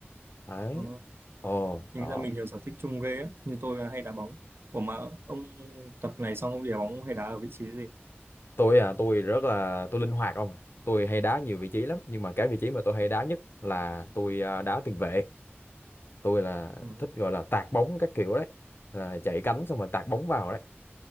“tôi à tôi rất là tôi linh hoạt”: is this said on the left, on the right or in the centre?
Left